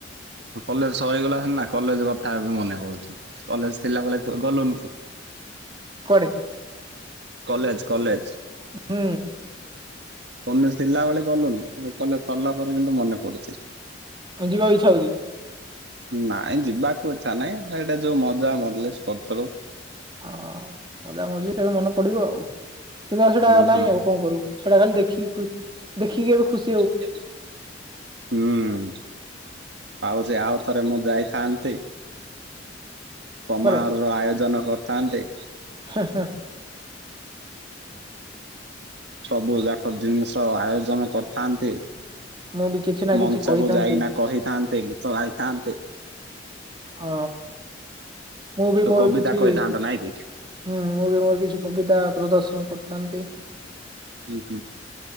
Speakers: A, on the right; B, on the right.
A: କଲେସ୍ ସରିଗଲା ସିନା କଲେଜ କଥା ଏବେ ମନେ ପଡ଼ୁଛି କଲେସ୍ ଥିଲାବେଳେ ତୁ ଗଲୁନି କି?
B: କୁଆଡ଼େ।
A: College college.
B: ହୁ
A: କନେଷ୍ ଥିଲା ବେଳେ ଗଲୁନି କଲେସ୍ ସର୍ଲା ପରେ କିନ୍ତୁ ମନେ ପଡ଼ୁଛି।
B: ଅଁ ଯିବାକୁ ଇଚ୍ଛା ହଉଚି।
A: ନାଇଁ ଯିବାକୁ ଇଚ୍ଚା ନାଇଁ ଏଇଡ଼ା ଯୋଉ ମଜା ମଜଲିସ୍ କର୍ଥୁଲୁ।
B: ଆ ମଜା ମଜ୍ଲିସ୍ ଏବେ ମନେ ପଡ଼ିବ ଆଉ କିନ୍ତୁ ଆଉ ସେଡ଼ା
A: ହୁଁ
B: ଆଉ ନାଇଁ
A: ହୁଁ
B: ଆଉ କଁ କରିବୁ ସେଇଡ଼ା ଖାଲି ଦେଖ ଖି ଖୁ ଦେଖିକି ଏବେ ଖୁସ୍
A: ଉଁ ଆଉ ସେ ଆଉ ଥରେ ମୁଁ ଯାଇଥାନ୍ତି।
B: ନାହିଁ
A: ପମା
B: କୁଆଡେ
A: ଘରୁ ଆୟୋଜନ କର୍ଥାନ୍ତି।
B: ହ ହ।
A: ସବୁ ଯାକ ଜିନିଷ ଆୟୋଜନ କରିଥାନ୍ତି।
B: ମୁଁ ବି କିଛି ନା
A: ମଞ୍ଚକୁ
B: କିଛି କହିଥାନ୍ତି
A: ଯାଇକିନା କହିଥାନ୍ତେ ଗୀତ ଗାଇଥାନ୍ତେ।
B: ହ। ମୁ ବି
A: ତୁ
B: ମୋର
A: କବିତା
B: କିଛି
A: କହିଥାନ୍ତୁ ନାଇଁ କି
B: ହୁଁ ମୁଁ ବି ମୋର କିଛି କବିତା ପ୍ରଦର୍ଶନ କରିଥାନ୍ତି।
A: ହୁ ହୁ।